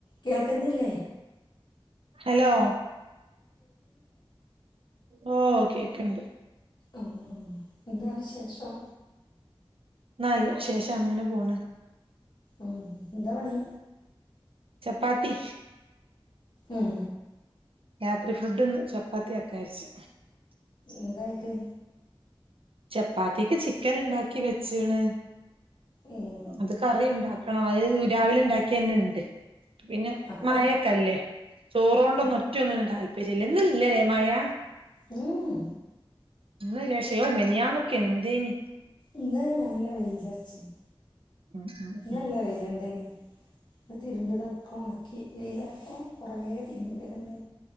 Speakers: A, on the left; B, on the right.
A: കേക്കുന്നില്ലേ
B: ഹലോ ഓ കേക്ക്ണ്ട്
A: ആ എന്താ വിശേഷം
B: നല്ല വിശേഷം അങ്ങനെ പോണ്
A: ഉം എന്താ പണി
B: ചപ്പാത്തി
A: ഉം
B: രാത്രി ഫുഡ്ന്ന് ചപ്പാത്തി ആക്കാരിച്ചു
A: എന്തായിക്ക്
B: ചപ്പാത്തിക്ക് ചിക്കനിണ്ടാക്കി വെച്ച്ണ്
A: ഉം
B: അത് കറി ണ്ടാ ക്കണം അത് രാവിലെ ണ്ടാക്കിയെന്നെണ്ട് പിന്നെ
A: മക്കൾ
B: മയൊക്കല്ലേ ചോറോണ്ടൊന്നും
A: കു
B: ഒറ്റൊന്നിനും താല്പര്യല്ല ഇന്ന് ല്ല ലെ മയ
A: ഉം
B: ഇന്ന് ലെ ശെയോ മിനിയാന്നൊക്കെ എന്തേനി
A: ഇന്ന് നല്ല വെയിലറച്ച് ഇന്ന്
B: ഉം ഉം ഉം
A: നല്ല വെയ്ല്ണ്ടെയ്നി ന്ന് തിരുമ്പ്യതൊക്കെ ഒണക്കി വെയിലായപ്പോ കൊറേ തിരുമ്പേത്ണ്ടായ്നി